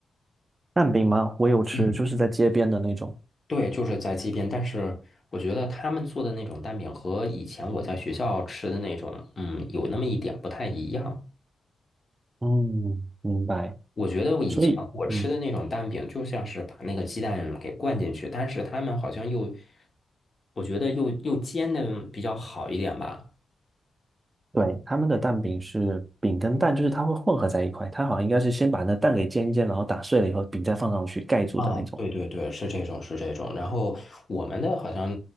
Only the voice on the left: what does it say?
嗯，
对，就是在街边，但是我觉得他们做的那种蛋饼和以前我在学校吃的那种，嗯，有那么一点不太一样。
我觉得我以前我吃的那种蛋饼，
就像是把那个鸡蛋给灌进去，但是他们好像又，我觉得又又煎的比较好一点吧。
啊，对对对，是这种是这种。然后我们的好像，